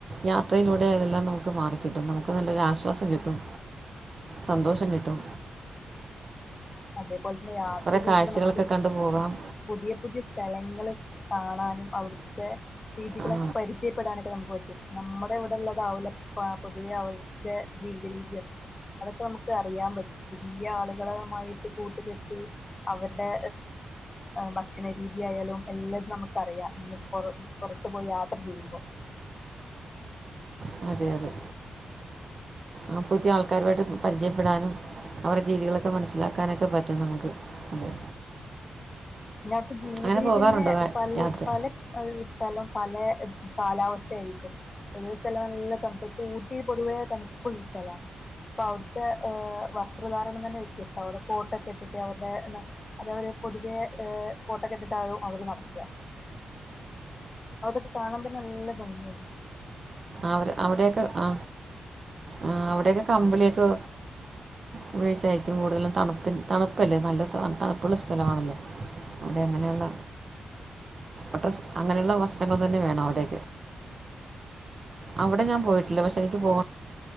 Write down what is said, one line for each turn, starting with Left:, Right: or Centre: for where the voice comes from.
Right: യാത്രയിലൂടെ അതെല്ലാം നമുക്ക് മാറിക്കിട്ടും നമുക്ക് നല്ലൊരു ആശ്വാസം കിട്ടും
Left: <inaudible>
Right: സന്തോഷം കിട്ടും
Left: അതേപോലെ തന്നെ യാത്ര
Right: കുറേ
Left: ചെയ്യുമ്പോ
Right: കാഴ്ചകളൊക്കെ
Left: നമുക്ക്
Right: കണ്ടു പോകാം
Left: പുതിയ പുതിയ സ്ഥലങ്ങള് കാണാനും അവിടുത്തെ രീതികളൊക്കെ
Right: ആ
Left: പരിചയപ്പെടാനൊക്കെ നമുക്ക് പറ്റും നമ്മുടെ ഇവിടെള്ളതാവൂല പൊതുവെ അവിടത്തെ ജീവിത രീതിയെന്നും അതൊക്കെ നമുക്ക് അറിയാൻ പറ്റും പുതിയ ആളുകള്മായിട്ട് കൂട്ടുകെട്ടി അവരുടെ ഭക്ഷണ രീതിയായാലും എല്ലാം നമുക്ക് അറിയാം നമ്മള പുറത്തു പോയി യാത്ര ചെയ്യുമ്പോ
Right: <inaudible> അതെ അതെ ആ പുതിയ ആൾക്കാരുമായിട്ട് പരിചയപ്പെടാനും അവരുടെ രീതികളൊക്കെ മനസ്സിലാക്കാനൊക്കെ പറ്റും നമുക്ക് അതെ
Left: പിന്നെ അവിടുത്തെ ജീവിത
Right: അങ്ങനെ
Left: രീതിന്നെ
Right: പോകാറുണ്ടോ ആ
Left: പ
Right: യാത്ര
Left: പല സ്ഥലം പല കാലാവസ്ഥ ആയിരിക്കും ചില സ്ഥലം നല്ല തണുപ്പ ഊട്ടി പൊതുവേ തണുപ്പുള്ള ഒരു സ്ഥല അപ്പൊ അവിടുത്തെ വസ്ത്രധാരണം തന്നെ വ്യത്യസ്ത അവിടെ കോട്ടൊക്കെ ഇട്ടിട്ട് അവരുടെ അത അവര് പൊതുവെ ഏഹ് കോട്ടുകെട്ടിട്ടാണ് അവര് നടക്ക അതൊക്കെ കാണാൻ തന്നെ നല്ല ഭംഗിയാണ്
Right: അവര് അവിടെയൊക്കെ ആ ആ അവിടെയൊക്കെ കമ്പളിയൊക്കെ ഉപയോഗിച്ചായിരിക്കും കൂടുതലും തണുപ്പ തണുപ്പല്ലേ നല്ല തണുപ്പുള്ള സ്ഥലമാണല്ലോ അവിടെ അങ്ങനെയുള്ള അ അങ്ങനെയുള്ള വസ്ത്രങ്ങൾ തന്നെ വേണം അവിടെ അവിടെ ഞാൻ പോയിട്ടില്ല പക്ഷെ എനിക്ക് പോകണം